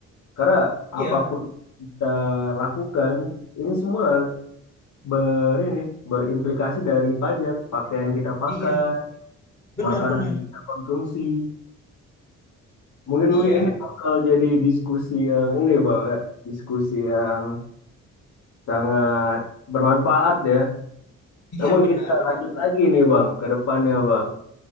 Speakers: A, on the left; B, on the left.
A: Karena
B: Iya
A: apapun kita lakukan, ini semua ber ini berimplikasi dari pajak, pakaian kita pakai,
B: iya, benar
A: makanan
B: benar.
A: yang kita konsumsi. Mungkin
B: Iya
A: mungkin ini bakal jadi diskusi yang ini Bang ya, diskusi yang sangat bermanfaat ya.
B: iya,
A: Namun
B: benar
A: kita
B: benar.
A: lanjut lagi nih Bang ke depannya Bang.